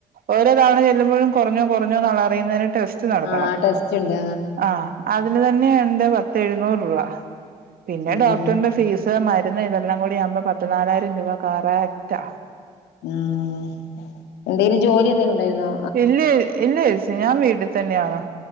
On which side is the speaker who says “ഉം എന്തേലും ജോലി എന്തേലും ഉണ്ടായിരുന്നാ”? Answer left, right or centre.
Left